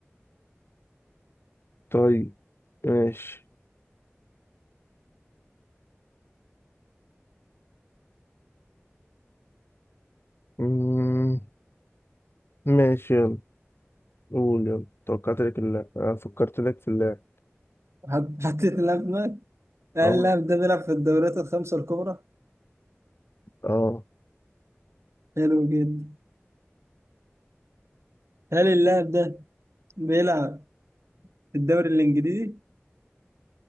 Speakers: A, on the left; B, on the right.
A: طيب ماشي مم. ماشي يلا قول يلا توقعت لك اللاعب آه، فكرت لك في اللاعب
B: حط- حطيت اللاعب في دماغك هل
A: آه
B: اللاعب ده بيلعب في الدوريات الخمسة الكبرى
A: آه
B: حلو جدا هل اللاعب ده بيلعب في الدوري الانجليزي